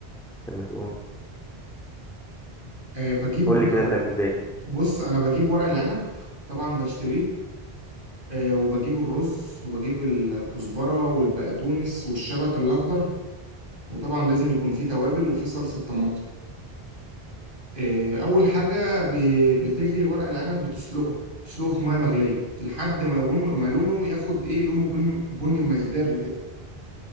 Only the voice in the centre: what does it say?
طب ما تقول
قول لي كده بتعمل ازاي